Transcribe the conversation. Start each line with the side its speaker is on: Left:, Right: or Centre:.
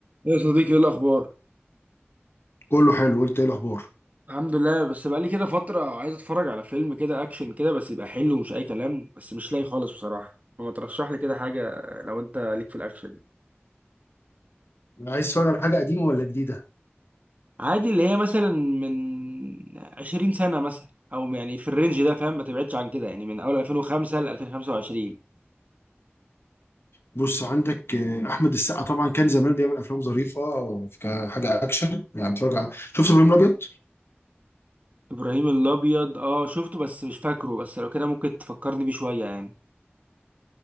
Right: يا صديقي ايه الاخبار
Left: كله حلو قلت ايه الاخبار
Right: الحمد لله بس بقالي كده فتره عايز اتفرج على فيلم كده اكشن كده بس يبقى حلو ومش اي كلام بس مش لاقي خالص بصراحه فما ترشح لي كده حاجه لو انت ليك في الاكشن
Left: عايز تتفرج على حاجه قديمه ولا جديده
Right: عادي اللي هي مثلا من 20 سنه مثلا او يعني في الرينج ده فاهم ما تبعدش عن كده يعني من اول 2005 ل 2025
Left: بص عندك آه، احمد السقا طبعا كان زمان بيعمل افلام ظريفه كحاجه اكشن يعني اتفرج على شفت ابراهيم الابيض
Right: ابراهيم الابيض اه شفته بس مش فاكره بس لو كده ممكن تفكرني بيه شويه يعني